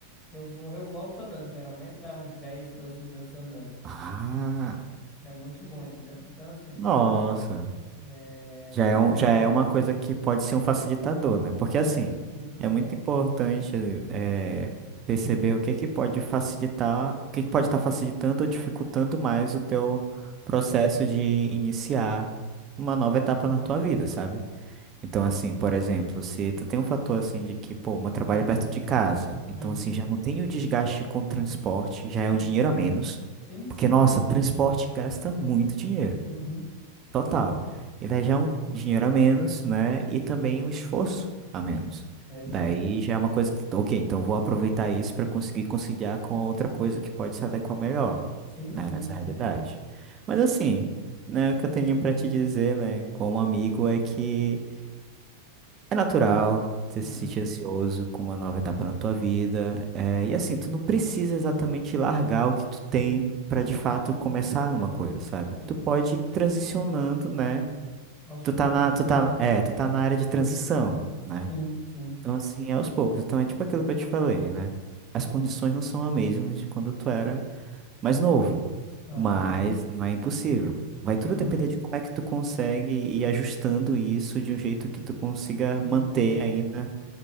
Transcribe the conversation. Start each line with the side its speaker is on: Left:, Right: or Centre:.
Left: Eu vou, eu volto andando, geralmente dá uns 10, 12 minutos andando.
Right: Ah,
Left: E, Tipo, é muito bom, entendeu? Então, assim,
Right: nossa.
Left: é,
Right: Já é, um, já é uma coisa que pode ser um facilitador, né? Porque,
Left: é,
Right: assim,
Left: uhum,
Right: é muito importante eh, perceber o que que pode facilitar, o que que pode estar facilitando ou dificultando mais o teu processo de iniciar uma nova etapa na tua vida, sabe? Então, assim, por exemplo, se tu tem um fator, assim, de que, pô, meu
Left: uhum,
Right: trabalho é perto de casa, então,
Left: uhum,
Right: assim, já não tem o desgaste com transporte, já
Left: sim,
Right: é um dinheiro
Left: sim,
Right: a menos,
Left: sim, sim,
Right: porque, nossa,
Left: sim,
Right: transporte gasta muito dinheiro.
Left: uhum,
Right: Total. E daí já é um dinheiro a menos, né? E também um esforço a menos.
Left: é exato.
Right: Daí já é uma coisa que, ok, então vou aproveitar isso para conseguir conciliar com outra coisa que pode se adequar melhor,
Left: Sim,
Right: né?
Left: sim,
Right: Nessa
Left: sim.
Right: realidade. Mas assim, né? O que eu tenho para te dizer, né? Como amigo, é que é natural você
Left: Uhum.
Right: se sentir ansioso com uma nova etapa na tua vida. É, e assim, tu não precisa exatamente largar o que tu tem.
Left: Sim,
Right: para de fato
Left: sim,
Right: começar uma coisa, sabe?
Left: sim,
Right: Tu pode
Left: sim.
Right: ir transicionando, né?
Left: Aos
Right: tu
Left: poucos,
Right: tá na,
Left: né?
Right: tu tá, é, tu tá na área de transição, né?
Left: Sim, sim.
Right: Então, assim, é aos poucos. Então, é tipo aquilo que eu te falei, né? As condições não são as mesmas de quando tu era mais novo,
Left: Aham,
Right: mas não é impossível. Vai tudo
Left: aham.
Right: depender de como é que tu consegue ir ajustando isso de um jeito que tu consiga
Left: Sim,
Right: manter
Left: sim.
Right: ainda